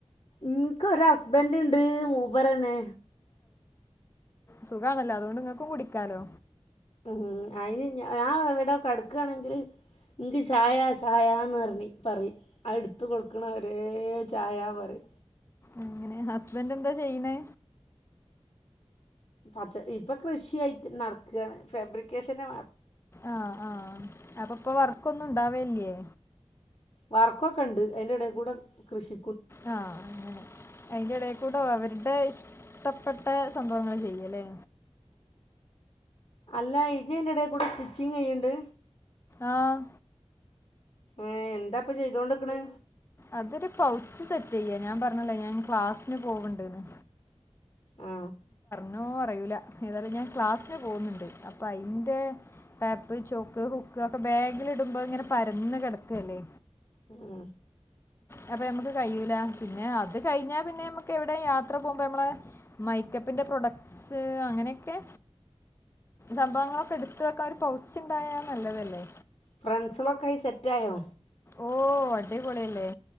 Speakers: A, on the left; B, on the left.
A: ഇൻകൊരസ്ബൻറ്ണ്ട്... മൂപരന്നെ
B: സുഗാണല്ലോ അതൊണ്ട് ഇങ്ങക്കും കുടിക്കാലോ
A: ഉം അയിന് ഞ ഞാൻ ഇവിടെ കെടക്കുവാണെങ്കിൽ എൻക്ക് ചായാ ചായാന്ന് പറഞ്ഞ് പറയും അ എടുത്ത് കൊടുക്കണ വരേ ചായ പറി
B: അങ്ങനെ ഹസ്ബന്റ് എന്താ ചെയ്യണേ
A: പച്ച ഇപ്പൊ കൃഷിയായിട്ട് നടക്കുവാണ് ഫാബ്രിക്കേഷന്
B: ആ -ആ അപ്പൊപ്പ വർക്കൊന്നുംണ്ടാവേ ഇല്ല്യേ
A: വർക്കൊക്കെ ഉണ്ട് അതിന്റെ എടേ കൂടെ കൃഷി
B: ആ അങ്ങനെ അതിന്റെ ഇടേക്കൂടെ അവരുടെ ഇഷ്ടപ്പെട്ട സംഭവങ്ങൾ ചെയ്യല്ലേ
A: അല്ല ഇജ് അതിന്റെ ഇടേ കൂടെ സ്റ്റിച്ചിങ് ചെയ്യണ്ട്
B: ആഹ്
A: ഏ എന്താപ്പൊ ചെയ്തോണ്ടിക്കണ്
B: അതൊരു പൗച്ച് സെറ്റ് ചെയ്യാ ഞാൻ പറഞ്ഞില്ലേ ഞാൻ ക്ലാസ്സിന് പോവ്ണ്ട്ന്ന്
A: ആ
B: നോ അറിയൂല്ല ഏതായാലും ഞാൻ ക്ലാസ്സിന് പോകുന്നുണ്ട് അപ്പ അയിൻ്റെ ടാപ്പ് ചോക്ക് ഹു ക്കോക്കെ ബാഗിൽ ഇടുമ്പോ ഇങ്ങനെ പരന്ന് കെടക്കല്ലേ
A: ഉം
B: അപ്പൊ നമ്മുക്ക് കഴിയൂല പിന്നെ അത് കഴിഞ്ഞാ പിന്നെ നമ്മുക്ക് എവിടെ യാത്ര പോകുമ്പോ നമ്മള് മൈക്കപ്പിന്റെ പ്രൊഡക്ട്സ് അങ്ങനെയൊക്കെ സംഭവങ്ങളൊക്കെ എടുത്ത് വെക്കാൻ ഒരു പൗച്ചുണ്ടായാ നല്ലതല്ലേ
A: ഫ്രണ്ട്സുകളൊക്കായി സെറ്റായോ
B: ഓ അടിപൊളില്ലേ